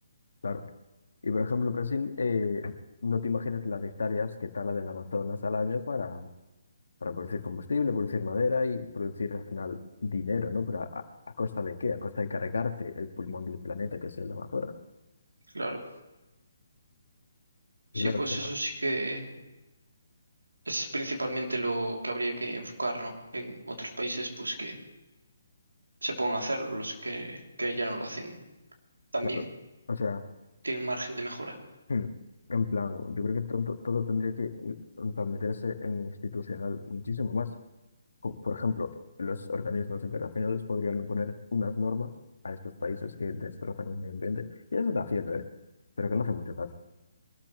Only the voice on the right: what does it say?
Claro, sí,
pues
eso sí que es principalmente lo que habría que enfocar, ¿no? En otros países, pues que se pongan a hacerlo, los que, que ya no lo hacen tan
bien,
tienen margen de mejora.